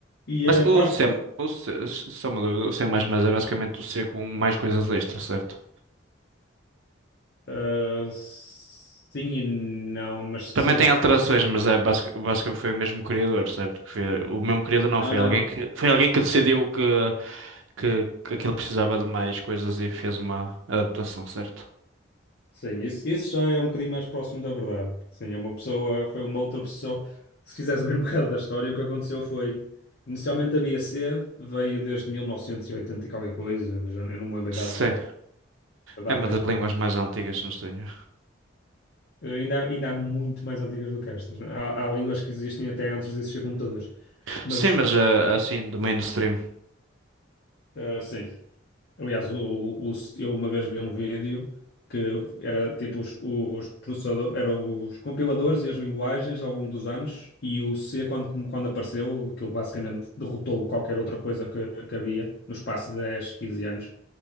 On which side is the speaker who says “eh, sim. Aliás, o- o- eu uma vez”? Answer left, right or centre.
Left